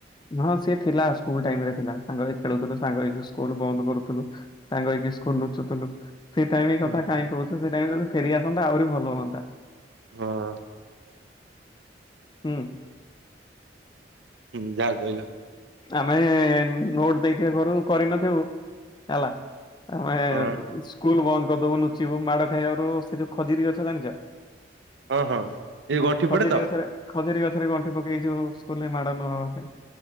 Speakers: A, on the left; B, on the right.
A: ହଁ ସିଏ ଥିଲା ସ୍କୁଲ ଟାଇମ ରେ ଥିଲା। ସାଙ୍ଗ ଖେଳୁଥିଲୁ ସାଙ୍ଗ ହେଇକି ସ୍କୁଲ ବନ୍ଦ କରୁଥିଲୁ। ସାଙ୍ଗ ହେଇକି ସ୍କୁଲ ଲୁଛୁ ଥିଲୁ। ସେ ଟାଇମ କଥା
B: ହୁଁ
A: କାହିଁ କହୁଛୁ, ସେ ଟାଇମ ଯଦି ଫେରିଆସନ୍ତା ଆହୁରି ଭଲ ହୁଅନ୍ତା।
B: ହଁ।
A: ହୁଁ।
B: ହୁଁ ଜାହା କହିଲୁ।
A: ଆମେ ନୋଟ ଦେଇଥିବେ ଘରକୁ କରିନଥିବୁ ହେଲା। ଆମେ
B: ହଁ
A: ସ୍କୁଲ ବନ୍ଦ କରିଦବୁ ନୁଚିବୁ ମାଡ ଖାଇବାରୁ। ସେ ଯୋଉ ଖଜୁରି ଗଛ ଜାଣିଛ?
B: ହଁ ହଁ ଏଇ ଗଣ୍ଠି
A: ଖଜୁରୀ
B: ପଡେ ତ
A: ଗଛରେ, ଖଜୁରି ଗଛରେ ଗଣ୍ଠି ପକେଇ <unintelligible> କଲେ ମାଡ଼ ନହବା ପାଇଁ।